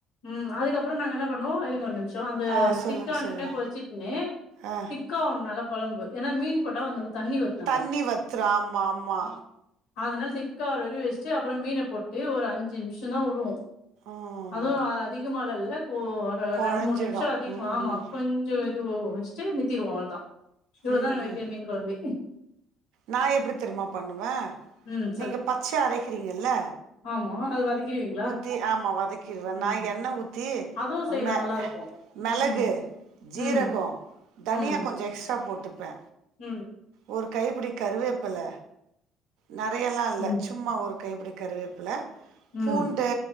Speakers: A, on the left (about 80°); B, on the right (about 80°).
A: ம் அதுக்கப்புறோ நாங்க என்ன பண்ணுவோ இருங்க ஒரு நிமிஷோ அந்த
B: ஆ சொல்லுங்க
A: திக்கானே
B: சொல்லுங்க
A: கொச்சிக்கினே திக்
B: ஆ
A: திக்கா ஒ நல்லா குழம்பு ஏனா மீன் போட்டா வந்து தண்ணி வரு நம்மளுக்கு
B: தண்ணி வத்துரு ஆமா ஆமா
A: அதனால திக் ஆவரவரையு வெச்ட்டு அப்புறோ மீன போட்டு ஒரு அஞ்சு நிம்ஷோ தா வுடுவோ
B: ம்
A: அதுவு அதிகமாலல்ல ஒரு
B: கொழஞ்சிடு
A: ரெண்டு மூணு நிமிஷோ அதிகமா
B: ம்
A: ஆமா கொஞ் கொஞ்சோ இதுவோ வச்ட்டு நித்திருவோ அவ்ளதா இவ்ளதா
B: ம்
A: நாங்க வெக்கிற
B: ம்
A: மீன் கொழம்பே
B: நா எப்படி தெருமா பண்ணுவே
A: ம்
B: நீங்க பச்சையா அரைக்கிறீங்கல
A: ஆம்மா அது வதக்கிடுவீங்களா
B: தி ஆமா வதக் கிருவ
A: ம்
B: நா எண்ண ஊத்தி
A: அதுவு செய்யலா
B: மெ
A: நல்லா இருக்கு
B: மெளகு
A: ம் ம்
B: ஜீரகோ தனியா
A: ம்
B: கொஞ்சோ எக்ஸ்ட்ரா போட்டுப்ப
A: ம்
B: ஒரு கைப்பிடி கருவேப்பல நெறையாலா இல்ல
A: ம்
B: சும்மா ஒரு கைப்பிடி கறிவேப்பில
A: ம்
B: பூண்டு